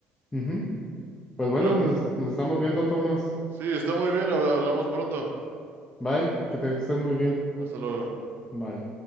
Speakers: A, on the left; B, on the right.
A: Ujú. Pues bueno,
B: Pero
A: nos, nos estamos viendo, Tomás.
B: sí, está muy bien, hab- hablamos pronto.
A: Bye, que te estés muy bien.
B: Hasta luego.
A: Bye.